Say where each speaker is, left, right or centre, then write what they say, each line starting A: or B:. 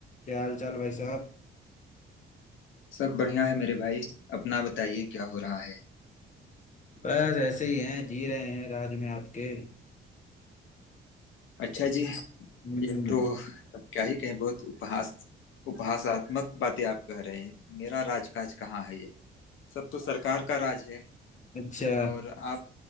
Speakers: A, on the left (about 40°); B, on the left (about 80°).
A: क्या हाल चाल भाई साहब
B: सब बढ़िया है मेरे भाई अपना बताइए क्या हो रहा है
A: बस ऐसे ही हैं जी रहे हैं राज में आपके
B: अच्छा जी
A: हम्म
B: ये तो अब क्या ही कहें बहुत उपहास उपहासात्मक बातें आप कह रहे हैं मेरा राजकाज कहाँ है ये सब तो सरकार का राज है
A: अच्छा
B: और आप